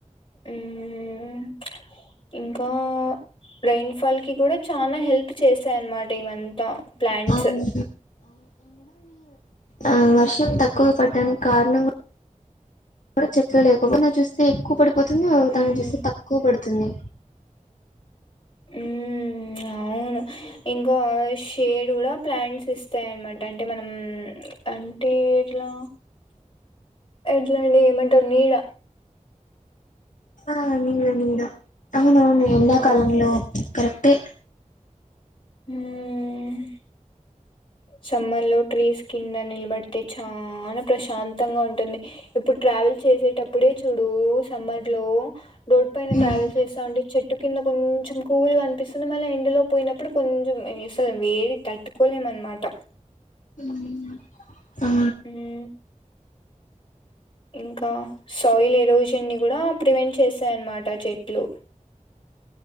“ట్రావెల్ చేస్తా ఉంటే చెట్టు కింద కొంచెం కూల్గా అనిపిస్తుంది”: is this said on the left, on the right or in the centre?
Left